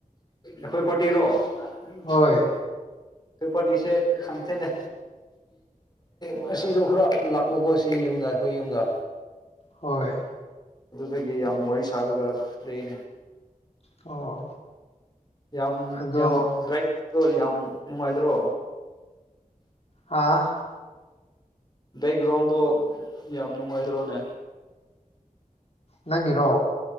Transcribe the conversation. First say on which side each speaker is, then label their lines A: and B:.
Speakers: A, on the left; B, on the left.
A: ꯑꯩꯈꯣꯏ ꯄꯥꯔꯇꯤꯔꯣ ꯑꯩꯈꯣꯏ
B: ꯍꯣꯏ
A: ꯄꯥꯔꯇꯤꯁꯦ ꯈꯪꯇꯦꯅꯦ ꯉꯁꯤꯗꯣ ꯈꯔ ꯂꯥꯛꯄꯀꯣ ꯁꯤ ꯌꯨꯝꯗ ꯑꯩꯈꯣꯏ ꯌꯨꯝꯗ
B: ꯍꯣꯏ
A: ꯑꯗꯨꯗꯒꯤ ꯌꯥꯝ ꯋꯥꯔꯤ ꯁꯥꯔꯒ ꯂꯩꯅꯦ
B: ꯑꯣ
A: ꯌꯥꯝ
B: ꯑꯗꯣ
A: ꯌꯥꯝ ꯗ꯭ꯔꯥꯏꯣ ꯌꯥꯝ ꯅꯨꯡꯉꯥꯏꯗ꯭ꯔꯣ
B: ꯍꯥꯥ
A: ꯕꯦꯛꯒ꯭ꯔꯥꯎꯟꯗꯣ ꯌꯥꯝ ꯅꯨꯡꯉꯥꯏꯗ꯭ꯔꯣꯅꯦ
B: ꯅꯪꯒꯤꯔꯣ